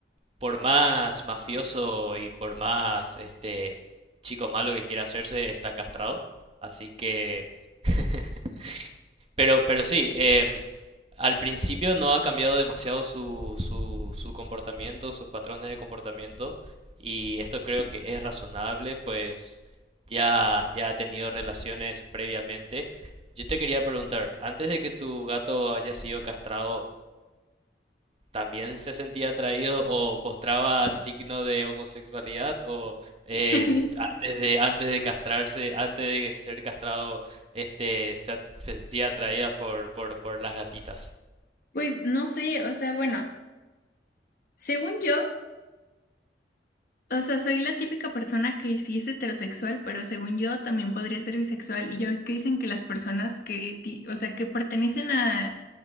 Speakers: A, on the right (about 35°); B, on the left (about 50°).
A: por más mafioso y por más este chico malo que quiera hacerse, está castrado. Así que <laughs> Pero, pero sí, eh, al principio no ha cambiado demasiado su, su, su comportamiento, sus patrones de comportamiento, y esto creo que es razonable, pues ya, ya ha tenido relaciones previamente. Yo te quería preguntar, antes de que tu gato haya sido castrado, también se sentía atraído o mostraba signo de homosexualidad o eh,
B: <laughs>
A: antes de antes de castrarse, antes de ser castrado, este se, at- se sentía atraída por, por, por las gatitas.
B: Pues no sé, o sea, bueno, según yo, o sea, soy la típica persona que sí es heterosexual, pero según yo también podría ser bisexual. Y ya ves que dicen que las personas que, ti- o sea, que pertenecen a